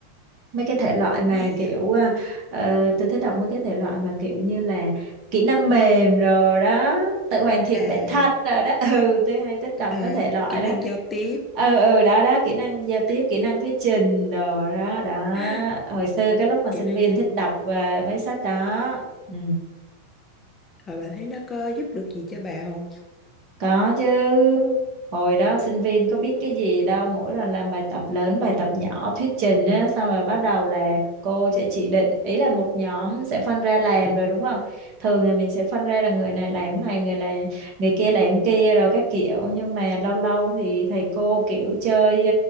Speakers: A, on the right; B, on the left.
A: Mấy cái thể loại mà
B: gì
A: kiểu
B: vậy
A: ờ, ờ, tôi thích đọc mấy cái thể loại mà kiểu như là kỹ năng mềm rồi đó, tự hoàn thiện
B: à,
A: bản thân rồi đó. <laughs> Ừ, tôi hay thích đọc
B: à
A: mấy thể loại
B: kỹ năng
A: đó.
B: giao tiếp
A: Ừ ừ đó đó, kỹ năng giao tiếp, kỹ
B: kỹ,
A: năng thuyết trình đồ đó đó.
B: <laughs>
A: Hồi xưa cái lúc mà sinh
B: kỹ năng
A: viên
B: giao
A: thích đọc ờ, mấy sách đó. Ừ.
B: Hồi bà thấy nó có giúp được gì cho bà không?
A: Có chứ. Hồi đó sinh viên có biết cái gì đâu, mỗi lần làm bài tập lớn, bài tập nhỏ, thuyết trình á, xong rồi bắt đầu là cô sẽ chỉ định, ý là một nhóm sẽ phân ra làm
B: Ồ.
A: rồi đúng không? Thường thì mình sẽ phân ra là người này làm cái này, người này người kia làm cái kia rồi các kiểu, nhưng mà lâu lâu thì thầy cô kiểu chơi